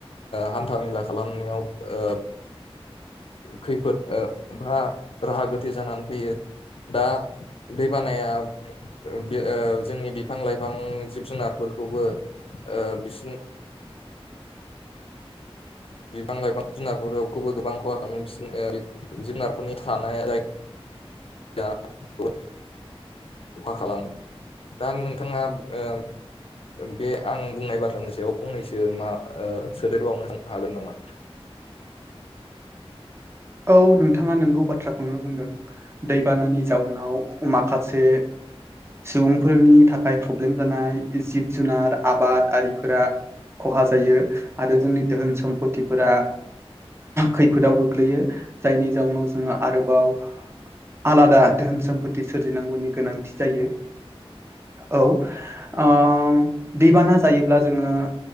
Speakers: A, on the left; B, on the right.
A: हान्था मेला खालामनो नायाव ओ खैफोद ओ बा राहा गोथे जानानै फैयो दा दै बानाया ओ जोंनि बिफां लाइफां जिब जुनारफोरखौबो ओ बिसिनि बिबां लाइफां जुनारखौबो गोबां खहा खालामो बि जुनारफोरनि थानाया जाय दा बो मा खालामो? दा नोंथाङा ओ, बे आं बुंनाय बाथ्रानि सायाव फंनैसो मा ओ सोदेरबावनो हागोन नामा?
B: औ नोंथाङा नोंगौ बाथ्राखौनो बुंदों दैबानानि जाउनाव माखासे, सुबुंफोरनि थाखाय प्रब्लेम जानाय जिब जुनार आबाद आरिफोरा, खहा जायो आरो जोंनि धोहोन सम्फटिफोरा खैफोदाव गोग्लैयो। जायनि जाउनाव जोङो आरोबाव आलादा धोन समोम्फथि सोरजिनांगौनि गोनांथि जायो। औ ओ दैबाना जायोब्ला जोङो।